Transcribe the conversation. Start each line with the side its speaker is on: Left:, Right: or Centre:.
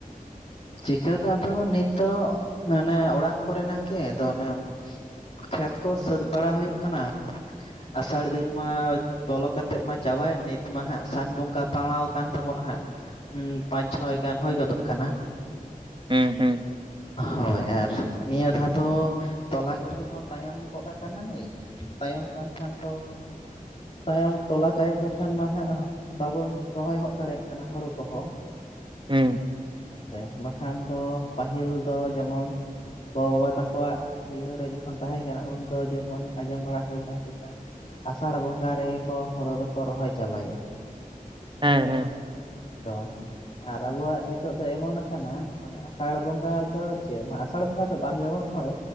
Left: ᱪᱤᱠᱟᱹ ᱫᱚ ᱟᱫᱚ ᱱᱤᱛᱚᱜ ᱟᱱᱮ ᱚᱲᱟᱜ ᱠᱚᱨᱮ ᱱᱟᱜ ᱜᱮ ᱾ ᱟᱫᱚ ᱚᱱᱮ ᱠᱷᱮᱛ ᱠᱚ ᱥᱟᱹᱛ ᱵᱟᱲᱟ ᱦᱩᱭᱩᱜ ᱠᱟᱱᱟ ᱾ <inaudible> ᱟᱥᱟᱲ ᱫᱤᱱ ᱢᱟ ᱵᱚᱞᱚ ᱠᱟᱛᱮᱜ ᱢᱟ ᱪᱟᱵᱟᱭᱮᱱ, ᱱᱤᱛ ᱢᱟ ᱦᱟᱸᱜ ᱥᱟᱱ ᱵᱚᱸᱜᱟ ᱯᱟᱲᱟᱣ ᱟᱠᱟᱱ ᱛᱟᱵᱚᱱᱟ ᱦᱟᱸᱜ᱾ ᱩᱸᱢ ᱯᱟᱸᱪ ᱪᱷᱚᱭ ᱜᱟᱱ ᱦᱩᱭ ᱜᱚᱫᱚᱜ ᱠᱟᱱᱟ᱾
Right: ᱦᱩᱸ ᱦᱩᱸ᱾
Left: ᱦᱚᱭ ᱟᱨ ᱱᱤᱭᱟᱹ ᱫᱷᱟᱣ ᱫᱚ ᱛᱚᱞᱟ ᱜᱤᱰᱤ ᱦᱚᱸ ᱛᱟᱭᱚᱢ ᱜᱚᱫ ᱟᱠᱟᱱᱟ ᱱᱤᱡ ᱾ ᱛᱟᱭᱚᱢ ᱟᱠᱟᱱ ᱠᱷᱟᱱ ᱛᱚ ᱛᱟᱭᱚᱢ ᱛᱚᱞᱟ ᱛᱟᱭᱚᱢ ᱞᱮᱠᱷᱟᱱ ᱢᱟ ᱦᱟᱸᱜ ᱵᱟᱵᱚᱱ ᱨᱚᱦᱚᱭ ᱦᱚᱜ ᱫᱟᱲᱮᱭᱟᱜ ᱠᱟᱱᱟ ᱦᱳᱲᱳ ᱠᱚ ᱦᱚᱸ᱾
Right: ᱦᱩᱸ᱾
Left: ᱛᱮᱦᱮᱧ ᱵᱟᱠᱷᱟᱱ ᱫᱚ ᱯᱟᱹᱦᱤᱞ ᱫᱚ ᱡᱮᱢᱚᱱ ᱜᱚ ᱵᱟᱵᱟ ᱛᱟᱠᱚᱣᱟᱜ ᱦᱤᱨᱞᱟᱹ ᱨᱮ ᱡᱚᱠᱷᱚᱱ ᱛᱟᱦᱮᱸ ᱠᱟᱱᱟ ᱩᱱ ᱫᱚ ᱡᱮᱢᱚᱱ ᱟᱸᱡᱚᱢ ᱵᱟᱲᱟ ᱦᱩᱭ ᱠᱟᱱᱟ ᱪᱮᱛᱟ ᱟᱥᱟᱲ ᱵᱚᱸᱜᱟ ᱨᱮᱜᱮ ᱠᱚ ᱦᱳᱲᱳ ᱫᱚᱠᱚ ᱨᱚᱦᱚᱭ ᱪᱟᱵᱟᱭᱟ᱾
Right: ᱦᱮᱸ ᱦᱮᱸ᱾
Left: <inaudible> ᱟᱨ ᱟᱵᱚᱣᱟᱜ ᱱᱤᱛᱚᱜ ᱫᱚ ᱮᱢᱚᱱ ᱟᱠᱟᱱᱟ ᱢᱟᱱᱮ ᱟᱥᱟᱲ ᱵᱚᱸᱜᱟ ᱫᱚ ᱪᱮᱫ ᱢᱟ ᱟᱥᱟᱲ ᱵᱚᱸᱜᱟ ᱫᱚ ᱵᱟᱝ ᱜᱮᱵᱚᱱ ᱨᱚᱦᱚᱭ